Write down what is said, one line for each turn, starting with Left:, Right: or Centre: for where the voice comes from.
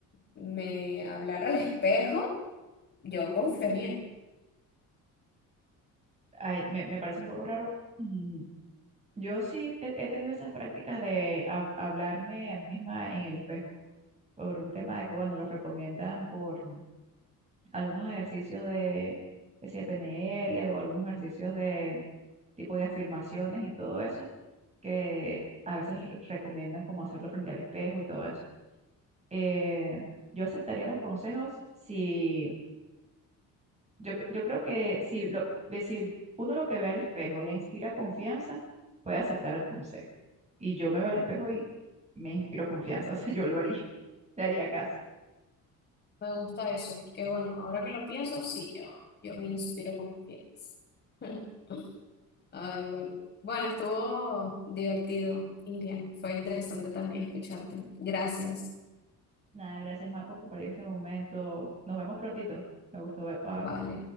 Left: me hablara al espejo, yo confiaría.
Right: Ay, me, me parece un poco raro. Mm, Yo sí he, he tenido esas prácticas de hab- hablarme a mí misma en el espejo, por un tema de que, bueno, los recomiendan por algunos ejercicios de, que si de PNL o algunos ejercicios de tipo de afirmaciones y todo eso, que a veces les re- recomiendan como hacerlo frente al espejo y todo eso. Eh, yo aceptaría los consejos si Yo, cre- yo creo que si, lo, ve- si uno lo que ve al espejo le inspira confianza, puede aceptar el consejo. Y yo me veo al espejo y me inspiro confianza, <laughs> o sea, yo lo haría, le haría caso.
Left: Me gusta eso, porque bueno, ahora que lo pienso, sí, yo, yo me inspiro confianza. <laughs> Ay, bueno. Bueno, estuvo divertido, Irian. Fue interesante también escucharte. Gracias.
Right: Nada, gracias, Mapo, por compartir este momento. Nos vemos prontito. Me gustó ver,
Left: Vale.